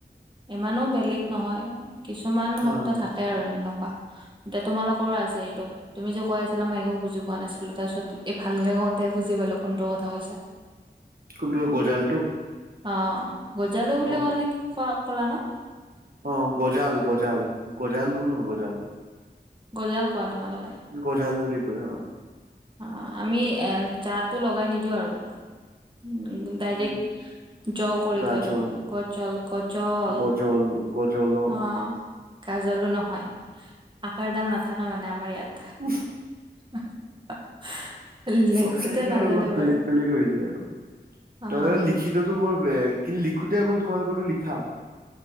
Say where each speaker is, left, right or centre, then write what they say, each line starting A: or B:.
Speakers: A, on the right (about 25°); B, on the right (about 55°).
A: ইমানো বেলেগ নহয়, কিছুমান
B: হা
A: শব্দ
B: হা
A: থাকে আৰু এনেকুৱা। এতিয়া তোমালোকৰো আছে এইটো। তুমি যে কৈ আছিলা মই একো বুজি পোৱা নাছিলোঁ, তাৰ পিছত এই ভালকে কওঁতে বুজি পালোঁ। কোনটো কথা কৈছা?
B: কোনটো গজালটো?
A: অ', গজালো বুলি
B: অ
A: ক'লে কি <unintelligible> ক'লা নো?
B: অ', গজাল, গজাল, গজালো নহয়, গজাল।
A: গজাল কোৱা তোমালোকে।
B: গজাল বুলি কয় অ'।
A: অ', আমি এ জাটো লগাই নিদিওঁ আৰু। উম, ডাইৰেক্ট
B: উম
A: জ কৰি
B: গাজল
A: থৈ দিওঁ, গজল গজল,
B: গজল গজল
A: অ'। কাজলো নহয়, আকাৰ ডাল নাথাকে মানে আমাৰ ইয়াত।
B: <unintelligible>
A: <unintelligible> লেখোতে
B: চব চাইডৰ
A: নাজানো
B: অলপ
A: বাৰু।
B: বেলেগ বেলেগ হৈ যায় আকৌ,
A: অ',
B: <unintelligible> লিখিতটো বৰ বেয়া, কিন্তু লিখোঁতে অকল তোমালোকৰ টো লিখা